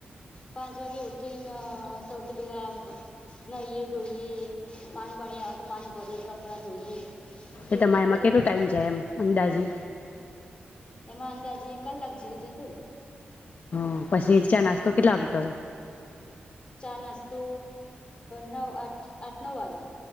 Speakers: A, on the left; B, on the left.
A: પાંચ વાગે ઉઠીને સૌથી પેલા નહીએ ધોઈએ પાણી બારી આવે તો પાણી ભરીએ કપડાં ધોઈએ.
B: એ તમારે
A: બધું
B: એમાં
A: કરીએ
B: કેટલો ટાઈમ જાય એમ અંદાજે
A: એમાં અંદાજે કલાક જેવું જતુંરે
B: હમ્મ પછી ચા નાસ્તો કેટલા વાગે કરો
A: ચા નાસ્તો નવ આઠ આઠ નવ વાગે